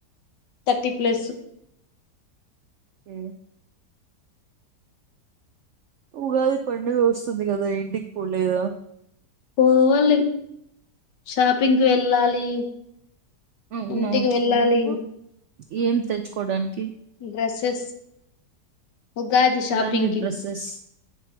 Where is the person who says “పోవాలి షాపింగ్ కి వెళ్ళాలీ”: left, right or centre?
Left